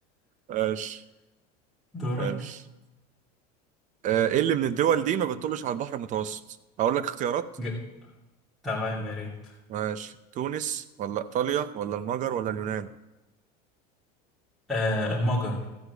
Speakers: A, on the right; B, in the centre.
A: ايش
B: دورك
A: ايش آه، ايه اللي من الدول دي ما بتطلش على البحر المتوسط اقول لك اختيارات
B: ج- تمام يا ريت
A: ماشي تونس ولا ايطاليا ولا المجر ولا اليونان
B: آه المجر